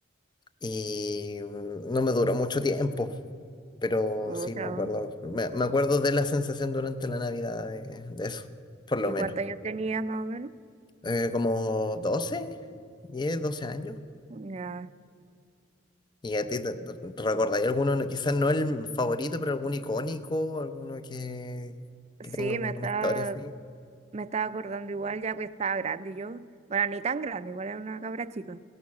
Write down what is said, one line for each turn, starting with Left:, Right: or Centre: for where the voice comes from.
Left: y mm, no me duró mucho tiempo. Pero
Right: otra.
Left: sí, me acuerdo, me, me acuerdo de la sensación durante la Navidad de de eso, por lo
Right: ¿Y
Left: menos.
Right: cuántos años tenías más o menos?
Left: eh, como doce diez doce años.
Right: Ya.
Left: ¿Y a ti te, te- te recordáis alguno, no- quizás no el favorito, pero algún icónico, alguno que,
Right: Sí,
Left: que tenga como
Right: me está.
Left: una historia así?
Right: Me estaba acordando igual, ya que estaba grande yo. Bueno, ni tan grande, igual era una cabra chica.